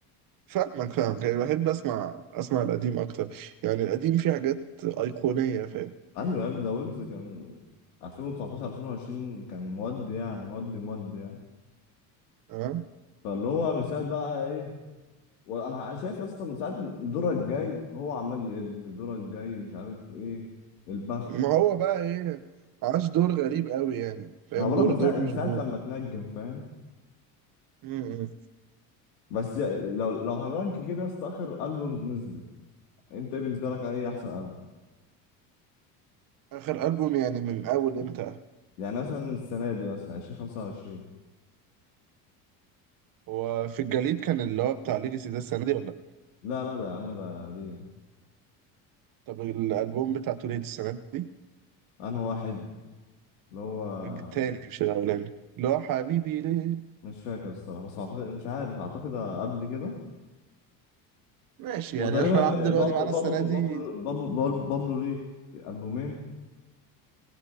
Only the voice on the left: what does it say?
ايوه يا ابني ده ويجز كان 2019 2020 كان مودي يعني مودي مودي يعني
فاللي هو من ساعه بقى ايه وانا شايف يا اسطى من ساعه دورك الجاي هو عمال يقل دورك الجاي مش عارف ايه البخت
ما هو بقولك
من
ساعه من
ساعة
لما تنجم فاهم
بس لو لو هنرانك كده يا اسطى اخر البومز نزلت انت ايه بالنسبه لك ايه احسن
يعني مثلا السنة دي مثلا عشرين خمسة وعشرين
لا لا ده يا عم ده دي
أنا واحد اللي هو
مش فاكر الصراحة بس أعتقد مش عارف أعتقد قبل كده
وتقريبا
بابلو
بابلو
بابلو بابلو بابلو, بابلو ليه ألبومين